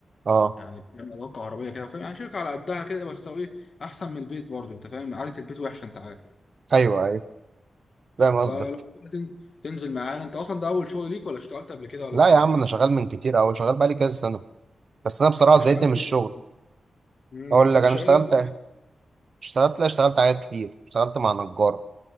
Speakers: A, on the right; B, on the left.
A: اه
B: يعني بتعمل علاقة كهربية كده فاهم يعني شركة على قدها كده بس هو ايه أحسن من البيت برضه أنت فاهم قعدة البيت وحشة أنت عارف
A: ايوه ايوه فاهم قصدك
B: فلو كده تن- تنزل معانا أنت أصلا ده أول شغل ليك ولا اشتغلت قبل كده ولا
A: لا
B: أنت
A: يا
B: إيه؟
A: عم انا شغال من كتير قوي شغال بقالي كذا سنه بس انا بصراحه
B: اشتغلت
A: زهقت من الشغل
B: إيه؟ مم.
A: اقول
B: كنت
A: لك انا
B: شغال
A: اشتغلت
B: إيه في البيت؟
A: اشتغلت لا اشتغلت حاجات كتير اشتغلت مع نجار